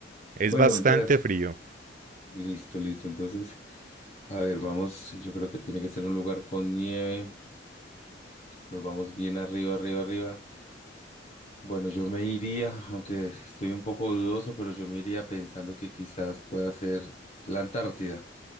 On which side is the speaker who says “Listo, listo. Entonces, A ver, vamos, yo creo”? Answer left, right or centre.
Left